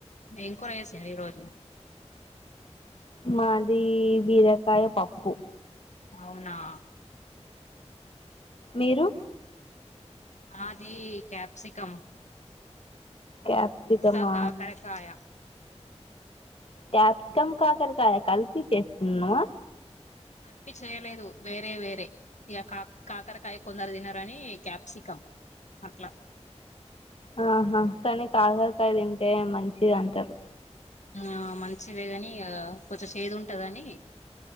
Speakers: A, on the left; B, on the left.
A: ఏం కూర చేసింరు ఈ రోజు
B: మాది బీరకాయ పప్పు
A: అవునా
B: మీరు
A: మాదీ క్యాప్సికం
B: క్యాప్సికమా
A: ఇంకా కాకరకాయ
B: క్యాప్సికం, కాకరకాయ కలిపి చేస్తున్నవ?
A: కలిపి చేయలేదు. వేరే వేరే ఇగ కాకరకాయ కొందరు తినరనీ క్యాప్సికం అట్లా
B: ఆ హా కానీ కాకరకాయ తింటే మంచిది అంటారు.
A: ఆ మంచిదే గాని, కొంచెం చేదు ఉంటదనీ